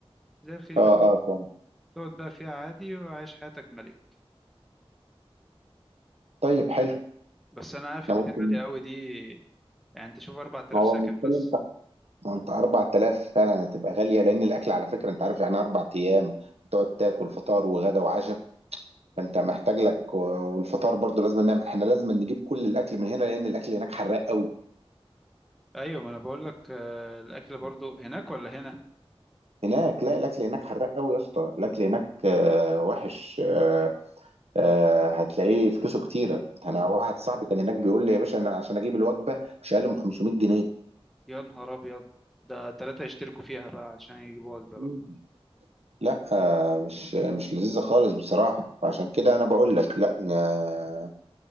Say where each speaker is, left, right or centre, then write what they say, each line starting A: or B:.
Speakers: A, in the centre; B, on the right.
A: زي الخيمة
B: اه اه طبعا.
A: تقعد بقى فيها عادي وعايش حياتك ملك
B: طيب حلو
A: بس انا عارف
B: احنا
A: ان
B: ممكن
A: دي غالية قوي دي يعني انت شوف 4000
B: ما هو
A: سكن
B: المشكله
A: بس
B: انت ما هو انت 4000 فعلا هتبقى غاليه لان الاكل على فكره انت عارف يعني اربع ايام تقعد تاكل فطار وغدا وعشاء فانت محتاج لك والفطار برضو لازم نعمل احنا لازم نجيب كل الاكل من هنا لان الاكل هناك حراق قوي
A: ايوه ما انا بقول لك آه، الاكل برضو هناك ولا هنا
B: هناك لا الاكل هناك حراق قوي يا اسطى الاكل هناك آه، وحش آه، آه، هتلاقيه فلوسه كتيره انا واحد صاحبي كان هناك بيقول لي يا باشا انا عشان اجيب الوجبه مش اقل من 500 جنيه
A: يا نهار ابيض ده ثلاثة يشتركوا فيها بقى عشان يجيبوا وجبة
B: مم.
A: بقى
B: لا آه، مش مش لذيذة خالص بصراحة فعشان كده أنا بقول لك لا ن-